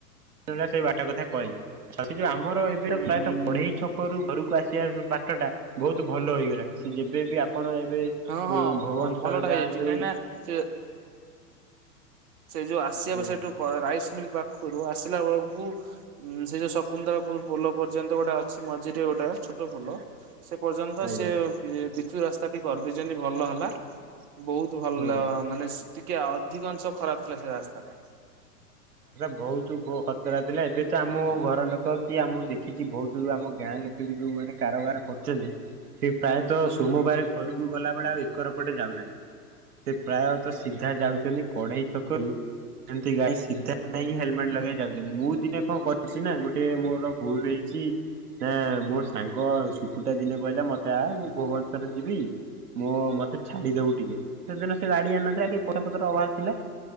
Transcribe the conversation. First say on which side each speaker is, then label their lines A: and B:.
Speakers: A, on the right; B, on the right.
A: ଦିନ ସେଇ ବାଟ କଥା କହିିବି। ସେ ଯୋଉ ଆମର ଏବେ
B: ହୁଁ
A: ପ୍ରାୟତଃ କଢେଇ ଛକରୁୁ ଘରକୁ ଆସିବା ବାଟ ଟା ବହୁତ ଭଲ ହେଇଗଲାଣି। ସେ ଯେବେ ବି ଆପଣ ଏବେ
B: ହଁ ହଁ
A: ଭୁବନେଶ୍ଵର
B: ହଁ ଭଲଟା
A: ଯାଆନ୍ତୁ
B: ହେଇଯାଇଛି କାହିଁକି
A: କି
B: ନା ସେ ସେ ଯୋଉ ଆସିବା
A: ହଁ
B: ବା ସେଇଠୁ କଣ ରାଇସ ମିଲ୍ ପାଖରୁ ଆସିଲା ବେଳକୁ ଉଁ ସେ ଯୋଉ ଶକୁନ୍ତଳାପୁର ପୋଲ ପର୍ଯ୍ୟନ୍ତ ଗୋଟେ ଅଛି ମଝିରେ ଗୋଟେ ଛୋଟ ପୋଲ ସେ ପର୍ଯ୍ୟନ୍ତ
A: ଆଜ୍ଞା
B: ସେ ପିଚୁ ରାସ୍ତା ବି କରିଦେଇଛନ୍ତି ଭଲ ହେଲା। ବହୁତ ଭଲ
A: ହୁଁ।
B: ମାନେ ସେ୍ ଟିକେ ଅଧିକାଂଶ ଖରାପ ଥିଲା ସେ ରାସ୍ତା ଟା।
A: ବହୁତ ଖଚରା ଥିଲା ଏବେ ତ ଆମ ଘର ଲୋକ କି ଆମଁ ଦେଖିଛି ବହୁତ ଆମ ଗାଁ ଲୋକ ଯୋଉମାନେ କାରବାର କରୁଛନ୍ତି ସେ ପ୍ରାୟତଃ
B: ହୁଁ
A: ସୋମବାର ଘରକୁ ଗଲାବେଳେ ଆଉ ର ପଟେ ଯାଉନାହାନ୍ତି। ସେ ପ୍ରାୟତ ସିଧା ଯାଉଛନ୍ତି କଢେଇ ଛକରୁ ସେମତି ଗାଈ ସିଧା
B: ହୁଁ
A: ଯାଇକି ହେଲମେଟ ଲଗେଇ ଯାଉଛନ୍ତି ମୁଁ ଦିନେ କଣ କରଛି ନା ଗୋଟେ ମୋର ଭୁଲ ହେଇଛି ନା ମୋ ସାଙ୍ଗ ଶଖଟା ଦିନେ କହିଲେ ମତେ ଆ ମୁଁ ଭୁବନେଶ୍ୱରରେ ଯିବି ମୁଁ ମତେ ଛାଡିଦବ ଟିକେ ସେଦିନ ସେ ଗାଡି ଆଣନଥିଲା ଟିକେ ପଛ ପଥର ଅଭାର ଥିଲା